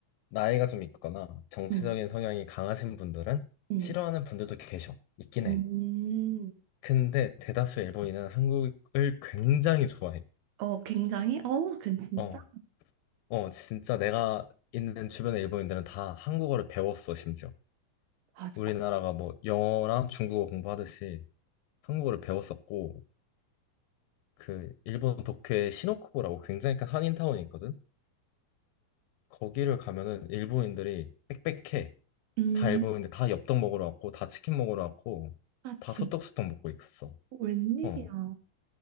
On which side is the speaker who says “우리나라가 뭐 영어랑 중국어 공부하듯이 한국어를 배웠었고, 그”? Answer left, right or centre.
Left